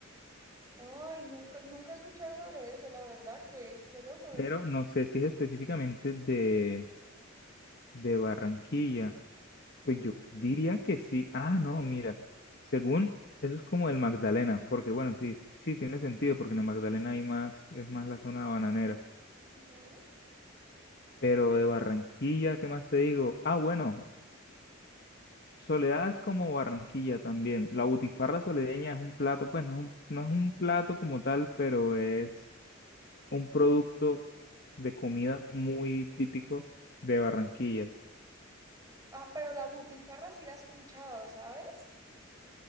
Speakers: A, on the right; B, on the left.
A: Ay, nunca, nunca he escuchado sobre eso, la verdad, qué, qué loco.
B: Pero no sé si es específicamente de, de Barranquilla. Pues
A: Mm.
B: yo diría que sí. Ah, no, mira. Según eso es como el Magdalena, porque bueno, sí, sí tiene sentido, porque en el Magdalena hay más, es más la zona bananera.
A: Ujú.
B: Pero de Barranquilla, ¿qué más te digo? Ah, bueno, Soledad es como Barranquilla también. La butifarra soledeña es un plato, pues no es un, no es un plato como tal, pero es un producto de comida muy típico de Barranquilla.
A: Ah, pero la butifarra sí la he escuchado, ¿sabes?